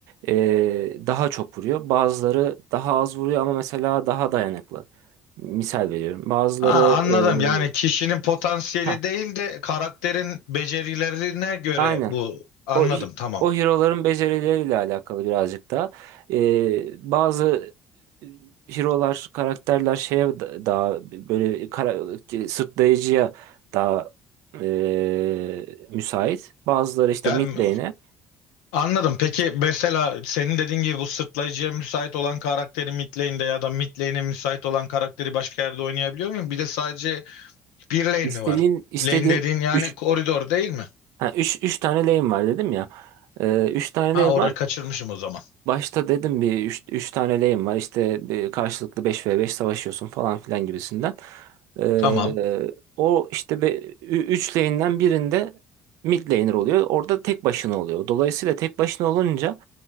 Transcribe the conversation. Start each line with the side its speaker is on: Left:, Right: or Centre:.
Right: e, daha çok vuruyor. Bazıları daha az vuruyor ama mesela daha dayanıklı. Misal veriyorum. Bazıları
Left: Ha anladım. Yani
Right: e,
Left: kişinin potansiyeli
Right: hah,
Left: değil de karakterin becerilerine göre
Right: aynen.
Left: bu. Anladım
Right: O
Left: tamam.
Right: o hero'ların becerileriyle alakalı birazcık da. Ee, bazı hero'lar, karakterler şeye da- daha böyle kara, sırtlayıcıya daha e, müsait. Bazıları işte
Left: Yani
Right: mid lane'e.
Left: anladım. Peki mesela senin dediğin gibi bu sırtlayıcıya müsait olan karakteri mid lane'de ya da mid lane'e müsait olan karakteri başka yerde oynayabiliyor muyum? Bir de sadece Bir lane
Right: İstediğin
Left: mi var?
Right: istediğin
Left: Lane dediğin yani
Right: üç
Left: koridor değil mi?
Right: ha 3 3 tane lane var dedim ya. Ee, üç tane
Left: Ha
Right: lane
Left: orayı
Right: var.
Left: kaçırmışım o zaman.
Right: Başta dedim bir üç üç tane lane var işte bir karşılıklı beş ve beş savaşıyorsun falan filan gibisinden. Ee,
Left: Tamam.
Right: o işte 3 lane'den birinde mid laner oluyor. Orada tek başına oluyor. Dolayısıyla tek başına olunca